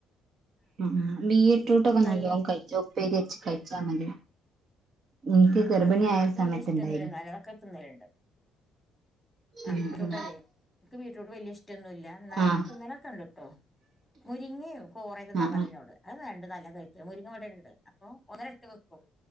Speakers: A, on the right; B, in the centre.
A: ഉം ഉം ബീറ്റ്റൂട്ടൊക്കെ
B: തൈ
A: നല്ലോ കഴിച്ചോ ഉപ്പേരി വെച്ച് കഴിച്ചാ മതി എനിക്ക് ഗർഭിണി
B: ആഹ് അത്ക്ക്
A: ആയ സമയത്തുണ്ടായിനി
B: വലിയ ഇഷ്ടവൊന്നുമില്ല എന്നാലും അതൊക്കെ തിന്നലുണ്ട് ആഹ്
A: ഉം
B: ബീട്രൂട്ടല്ലേ
A: ഉം
B: എനിക്ക് ബീറ്റ്റൂട്ട് വലിയ ഇഷ്ടമൊന്നുമില്ല എന്നാലും
A: ആഹ്
B: തിന്നൽ ഒക്കെ ഉണ്ട് കേട്ടോ മുരിങ്ങിയും കോറെ തിന്നാൻ
A: ആഹ്
B: പറഞ്ഞു എന്നോട് അത് രണ്ടും നല്ലോം കഴിക്കും മുരിങ്ങ ഇവിടെ ഉണ്ട് അപ്പൊ ഒന്നര എട്ട് വെക്കും